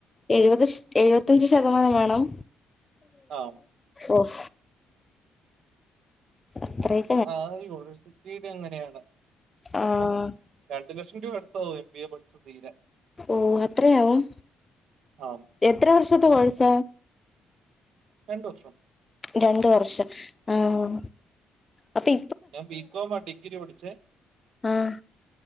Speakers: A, on the left; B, on the right.
A: എഴുവത് എഴുവത്തയഞ്ച് ശതമാനം വേണം
B: ആഹ്.
A: ഓഹ് അത്രെം
B: ആഹ് രു യൂണിവേഴ്സിറ്റിടെ അങ്ങനെയാണ്
A: ആഹ്
B: അപ്പം രണ്ട് ലക്ഷം രൂപ അടുത്തവരിക്കും എം ബി എ പഠിച്ച് തീരാൻ.
A: ഓഹ് അത്രയാവും?
B: ആ
A: എത്ര വർഷത്തെ കോഴ്സ?
B: രണ്ട് വർഷം.
A: രണ്ട് വർഷംആഹ് അപ്പി
B: ഞാൻ ബികോം ആ ഡിഗ്രി പഠിച്ചേ
A: ആഹ്.